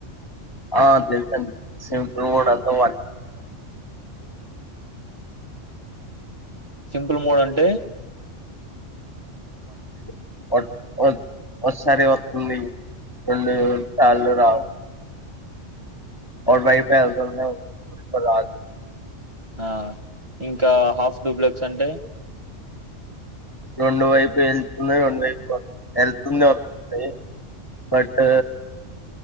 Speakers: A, on the left; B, on the right.
A: ఆ తెలుసు అండి సింఫుల్ మోడ్ అంత <inaudible>
B: సిం సింపుల్ మోడ్ అంటే
A: <inaudible> ఒకసారి వస్తుంది రెండు సార్లు రావు <unintelligible>
B: ఆ ఇంకా హాఫ్ డూప్లెక్స్ అంటే
A: రెండు వైపు వెళ్తుంది రెండు వైపు వెళ్తుంది వస్తుంది బట్